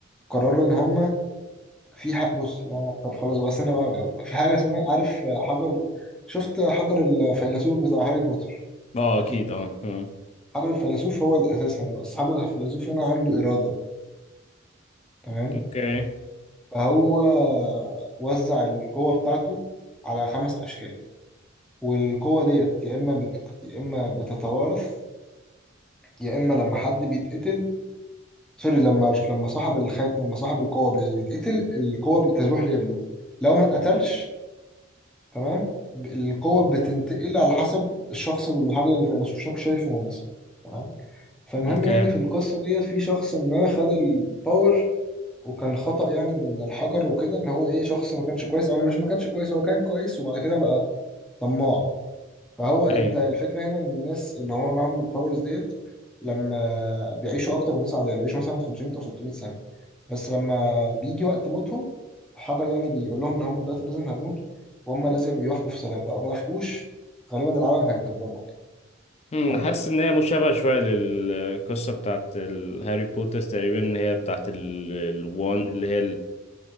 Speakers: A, in the centre; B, on the left (about 30°).
A: قرروا إن هما في حق بص لا طب خلاص بقى استنى بقى من الأول بقى في حاجة اسمها عارف آه، حجر شفت حجر الفيلسوف بتاع هاري بوتر
B: اه
A: أكيد
B: اكيد اه آه.
A: حجر الفيلسوف هو الأساس هنا بقى أصحاب الفيلسوف هنا عنده إرادة تمام
B: اوكي
A: فهو آه، وزع القوة بتاعته على خمس أشكال والقوة ديت يا إما بت... يا إما بتتوارث يا إما لما حد بيتقتل سوري لما لما صاحب الخات لما صاحب القوة بيتقتل القوة بتروح لابنه لو ما اتقتلش تمام ب- القوة بتنتقل على حسب الشخص اللي الحاجة اللي الفيلسوف شاك- شايفه مناسب تمام فالمهم
B: اوكي
A: يعني في القصة ديت في شخص ما خد الباور وكان خطأ يعني من الحجر وكده ان هو ايه شخص ما كانش كويس او مش ما كانش كويس هو كان كويس وبعد كده بقى طماع فهو انت
B: ايوه
A: الفكرة هنا ان الناس اللي هو معاهم الباورز ديت لما بيعيشوا اكتر من الناس عادية بيعيشوا مثلا 500 او 600 سنة بس لما بيجي وقت موتهم الحجر يعني بيقول لهم ان هم دلوقتي لازم هيموتوا وهم لازم يوافقوا في سلام لو ما وافقوش غالبا العالم هيتدمر يعني
B: أمم،
A: حلو
B: حاسس ان هي مشابهه شويه للقصه بتاعت ال- هاري بوتر تقريبا اللي هي بتاعت ال- الوان اللي هي